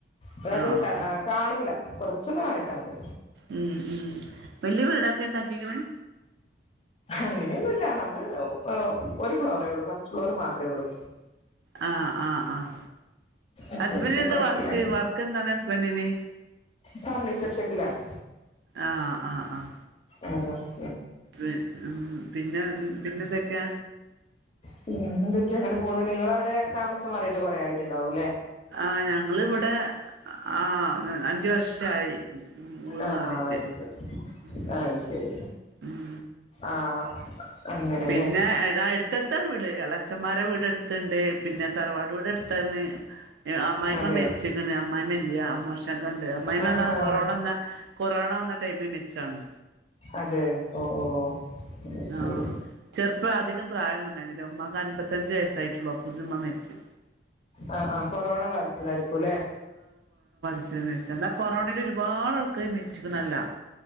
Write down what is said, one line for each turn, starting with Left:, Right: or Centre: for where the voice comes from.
Left: അതായത്
Right: ആഹ്
Left: ക കാണൂല കുറച്ചൊന്നു നടക്കാനുണ്ട്
Right: ഉം ഉം വല്യ വീടൊക്കെ ഉണ്ടാക്കിക്കണ്
Left: അങ്ങനെയൊന്നുല്ല നമ്മള് ആഹ് ഒരു ഫ്ലോറെ ഉള്ളൂ ഫസ്റ്റ് ഫ്ലോർ മാത്രേയുള്ളൂ.
Right: ആഹ് ആഹ്. ആഹ്
Left: അത്യാവശ്യം
Right: ഹസ്ബൻഡിന് എന്താ
Left: കുഴപ്പമില്ലാതെ
Right: വർക്ക് വർക്ക് എന്താണ് ഹസ്ബൻഡിന്
Left: ഫർണിച്ചർ ഷെഡിലാണ്
Right: ആഹ് ആഹ് ആഹ്.
Left: അതെയോ
Right: ഉം ഉം പിന്നെ പിന്നെന്തൊക്കെ?
Left: പിന്നെന്താ ഇങ്ങനെ പോണ് നിങ്ങളവിടെ താമസം മാറിയോ? ഇപ്പം കൊറേയായിട്ടുണ്ടാവും ല്ലേ?
Right: ആഹ് ഞങ്ങളിവിടെ ആഹ് അഞ്ച് വർഷായി
Left: ആഹ്
Right: മാറീട്ട്
Left: ആഹ് അത് ശരി
Right: ഉം
Left: അത് ശരി
Right: ഉം.
Left: ആഹ് അങ്ങനെല്ലേ
Right: പിന്നെ എട അടുത്തടുത്താണ് വീട് ഇളച്ചമ്മാരെ വീട് അടുത് തുണ്ട് പിന്നെ തറവാട് വീട് അടുത്താണ്. അമ്മായിയമ്മ
Left: അതെയോ
Right: മരിച്ചിക്കണ് അമ്മായിയമ്മ ഇല്ല അമ്മോഷൻക്കാ ഇണ്ട് അമ്മായിയമ്മ
Left: ആഹ്
Right: അന്നു
Left: ആഹ്
Right: കൊറോണ വന്ന കൊറോണ വന്ന ടൈമ് മരിച് ച്ചാണ്.
Left: അതെ ഓ ഓ. അത് ശരി
Right: ആഹ് ചെറുപ്പ അധികം പ്രായൊന്നും ഉണ്ടായിരുന്നില്ല ഉമ്മാക് അൻപത്തഞ്ച് വയസ്സായിട്ടുള്ളൂ അപ്പൾത്തേക്കും ഉമ്മ മരിച്ച്
Left: ആ ആ കൊറോണ ബാധിച്ചതായിരിക്കുലെ
Right: മരിച്ചേ അന്നാ കൊറോണയിലൊരുപാട് ആൾക്കാര് മരിച്ചക്കണല്ലോ